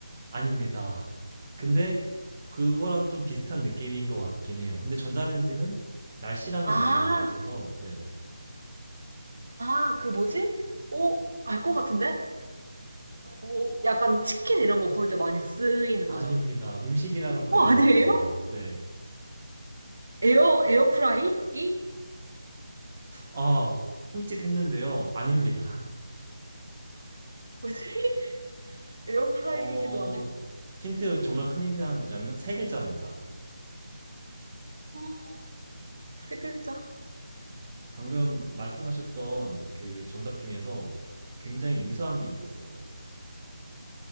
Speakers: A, on the right (about 30°); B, on the right (about 65°).
A: 아닙니다. 근데 그거랑 좀 비슷한 느낌인 것 같긴 해요. 근데 전자레인지는 날씨랑은
B: 아,
A: 영향이 없어서 네네.
B: 아, 그 뭐지? 오, 알 것 같은데? 오, 약간 치킨 이런 거 구울 때 많이 쓰이는
A: 아닙니다.
B: 거죠.
A: 음식이랑 관련이
B: 어, 아니에요?
A: 없습니다. 네.
B: 에어, 에어프라이기?
A: 아, 흠칫했는데요. 아닙니다. <laughs>
B: 뭐지? <laughs> 에어프라이기도
A: 어,
B: 아니고.
A: 힌트, 정말 큰 힌트 하나 드자면 세 글자입니다.
B: 어, 세 글자?
A: 방금 말씀하셨던 그 정답 중에서 굉장히 유사한 게 있었어요.